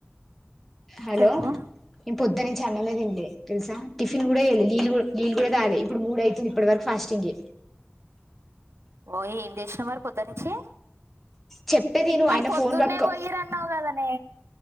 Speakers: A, in the centre; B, on the right.
A: హలో
B: చెప్పు
A: ఇ పొద్దునించి అన్నం తినలే తెలుసా టిఫిన్ కూడా చేయలేదు నీళ్ళు కూడా ఇంకా కాలే ఇప్పుడు మూడు అయితుంది ఇప్పటి వరకు ఫాస్టింగే
B: ఓ ఏం చేసినా మరి పొద్దునించి
A: చెప్పేది విను
B: వాళ్ళ
A: ఆయన
B: పొద్దున్నే
A: ఫోన్ పట్టుకో
B: పోయిరన్నావు కదా నే